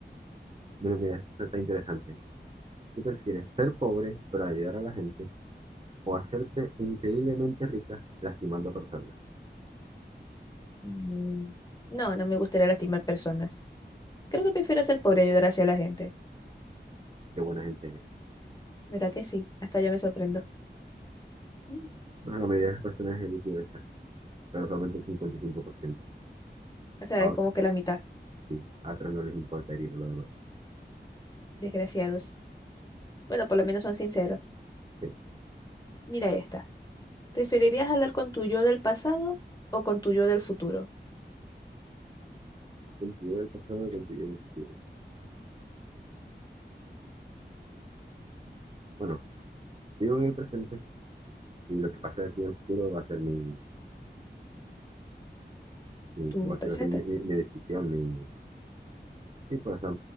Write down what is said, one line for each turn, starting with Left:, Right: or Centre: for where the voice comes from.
Right: Mira, mira, esto está interesante. ¿Qué prefieres, ser pobre pero ayudar a la gente o hacerte increíblemente rica lastimando personas?
Left: Mm, No, no me gustaría lastimar personas. Creo que prefiero ser pobre y ayudar hacia la gente.
Right: Qué buena gente eres.
Left: ¿Verdad que sí? Hasta ya me sorprendo. Mm,
Right: Bueno, la mayoría de las personas eligió esa, pero solamente el 55%.
Left: O sea,
Right: A
Left: es
Right: ot-
Left: como que la mitad.
Right: sí, a otros no les importa herir a los demás.
Left: Desgraciados. Bueno, por lo menos son sinceros.
Right: Sí,
Left: Mira esta. ¿Preferirías hablar con tu yo del pasado o con tu yo del futuro?
Right: contenido del pasado, contenido del futuro. Bueno, vivo en el presente y lo que pase de aquí en el futuro va a ser mi mi,
Left: Tú
Right: como decirlo
Left: presentas.
Right: así, mi, mi- mi decisión, mi, sí, pues, o sea,